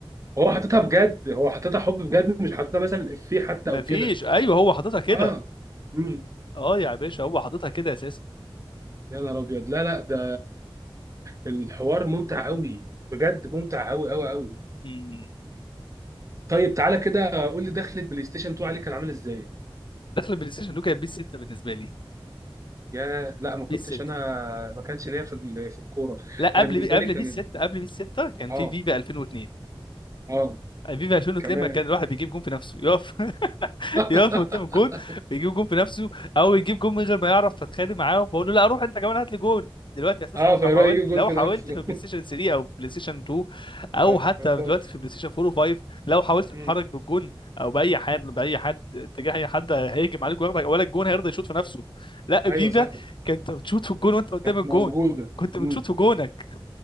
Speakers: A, on the right; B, on the left.
A: هو حاططها بجد هو حاططها حب بجد مش حاططها مثلا افيه حتى او
B: مفيش
A: كده
B: ايوه هو حاططها كده
A: اه امم
B: اه يا باشا هو حاططها كده اساسا
A: يا نهار ابيض لا لا ده الحوار ممتع قوي بجد ممتع قوي قوي قوي
B: مم.
A: طيب تعالى كده قول لي دخلة بلاي ستيشن 2 عليك كان عامل ازاي؟
B: دخل البلاي ستيشن دول كانت بيس 6 بالنسبه لي
A: ياه لا ما كنتش
B: بيس 6
A: انا ما كانش ليا في ال- في الكوره
B: لا قبل
A: انا بالنسبه
B: بي... قبل
A: لي كان
B: بيس 6 قبل بيس 6 كان
A: اه
B: في فيفا 2002
A: اه
B: فيفا 2002
A: كمان
B: لما كان الواحد بيجيب جون في نفسه يقف <laughs>
A: <laughs>
B: يقف قدام الجون بيجيب جون في نفسه او يجيب جون من غير ما يعرف فاتخانق معاهم فاقول له لا روح انت كمان هات لي جون دلوقتي اساسا
A: اه
B: انت
A: فيروح
B: لو حاولت
A: يجيب جون
B: لو
A: في
B: حاولت
A: نفسه
B: في بلاي ستيشن 3 او بلاي ستيشن 2
A: <laughs>
B: او
A: ما
B: حتى
A: يرضاش
B: دلوقتي في بلاي ستيشن 4 و5 لو حاولت تتحرك
A: مم.
B: بالجون او باي حد باي حد اتجاه اي حد هيهجم عليك وياخدك ولا الجون هيرضى يشوط في نفسه لا
A: ايوه
B: فيفا
A: صح
B: كنت بتشوط في الجون وانت قدام
A: كانت
B: الجون
A: موجوده
B: كنت بتشوط
A: مم.
B: في جونك